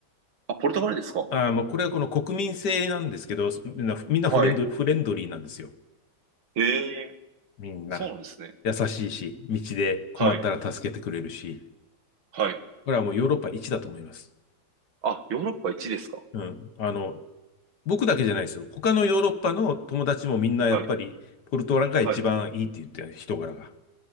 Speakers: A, on the right; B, on the left.
A: あ、ポルトガルですか
B: あーまあこれはこの国民性なんですけど、みんな、みんなフレンド、
A: はい。
B: フレンドリーなんですよ。
A: へえ、
B: みんな。
A: そうなんですね。
B: 優しいし、道で困ったら助けてくれるし。
A: はい。はい。
B: これはもうヨーロッパ一だと思います。
A: あ、ヨーロッパ1ですか
B: うん。あの、僕だけじゃないですよ。他のヨーロッパの友達もみんなやっぱり、
A: はい。
B: ポルトガルが一番いいって言ってる、
A: はい。
B: 人柄が。